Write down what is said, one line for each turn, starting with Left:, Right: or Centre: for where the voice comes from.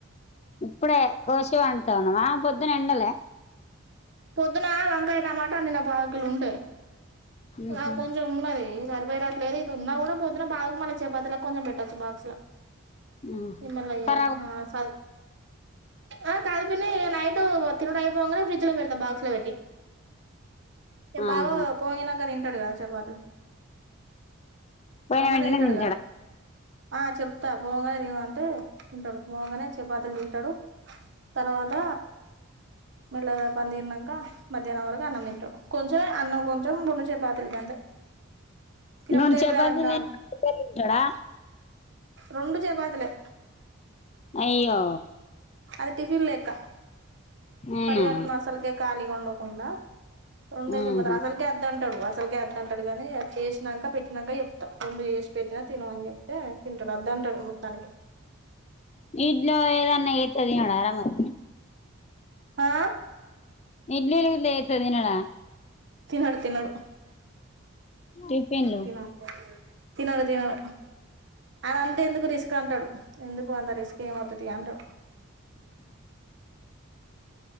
Left: ఇప్పుడే కోశి వండుతున్నవా, ఆ పొద్దున్నే అండలే.
Right: పొద్దున వంకాయ టమాట అండిన పావుకిలో ఉంటే
Left: ఉహు
Right: అ కొంచెం ఉన్నది సరి వేరేట్లేదు ఇది ఉన్నా కూడా పోద్దున్నా
Left: ఉహు
Right: ఎన్నలయ్య
Left: ఖరాబ్
Right: ఆ సా ఆ కాదు పిన్ని నైట్ తినడం అయిపోంగనే ఫ్రిడ్జ్ లో పెడతా బాక్స్ లో పెట్టి ఏ
Left: ఆహా
Right: బావా పోయిల తింటడుగా కదా చెపాతులు
Left: పోయిన
Right: పోంగలి
Left: వెంటనే
Right: తింటాడు
Left: తింటాడా
Right: కదా ఆ చెప్తా పొంగలే తినమంటే తింటడు పోంగనే చెపా టడు తర్వాత మెల్లగా పనితిరినంకా మధ్యాహ్నం వరకు అన్నం తింటడు, కొంచెంమే అన్నం కొంచెం, రెండు చపాతీలు గంతే తినబుద్ధి
Left: రెండు
Right: అయితలే
Left: చెపాతిలు
Right: అంటాండు
Left: తిని <inaudible> ఉంటడా.
Right: రెండు చెపాతులే
Left: అయ్యో
Right: అది టిఫిన్ లేక్క
Left: అవునా
Right: పరగడుపున అసలుకే కాలిగ ఉండు అవునా రెండే
Left: ఆహా
Right: చెపాతీలు అసలీకే అద్దు ంటడు అసలీకే అద్దు అంటడు కాని చేసినంకా పెట్టినంకా చెప్తా, రెండు చేసి పెట్టినా తిను అని చెప్తే తింటడు అద్దు అంటాడు మొత్తానికే
Left: ఇడ్లో ఏదన్నా చేత్తే తినడారా మరి
Right: ఆ
Left: ఇడ్లీలు గిట్ల చేత్తే తినడా
Right: తినడు, తినడు.
Left: టిఫిన్లు
Right: తిన తినాల తినాల అదంతా ఎందుకు రిస్క్ అంటడు ఎందుకు అంత రిస్క్ ఏమొద్దుతి అంటడు.